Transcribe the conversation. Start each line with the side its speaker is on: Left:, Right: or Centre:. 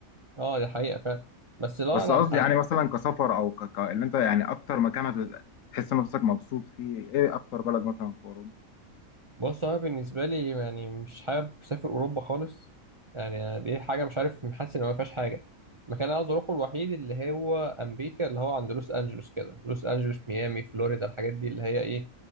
Right: اه دي حقيقة فعلا بس لو
Left: بس
Right: انا
Left: قصدي
Right: أنا-
Left: يعني مثلا كسفر او ك... ك... اللي انت يعني اكتر مكان هت- هتحس نفسك مبسوط فيه ايه اكتر بلد مثلا في اوروبا
Right: بص انا بالنسبة لي يعني مش حابب اسافر اوروبا خالص يعني دي حاجة مش عارف حاسس ان ما فيهاش حاجة المكان اللي عاوز اروحه الوحيد اللي هو امريكا اللي هو عند لوس انجلوس كده لوس انجلوس ميامي فلوريدا الحاجات دي اللي هي ايه